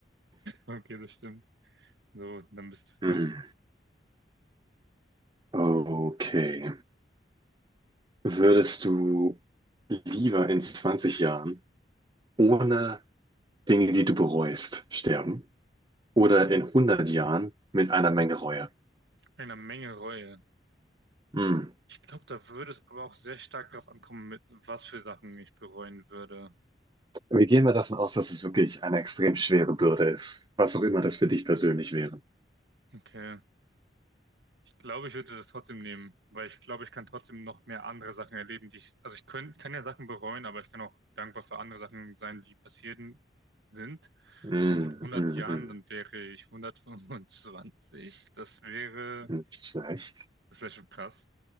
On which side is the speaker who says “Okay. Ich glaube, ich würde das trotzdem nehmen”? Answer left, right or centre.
Right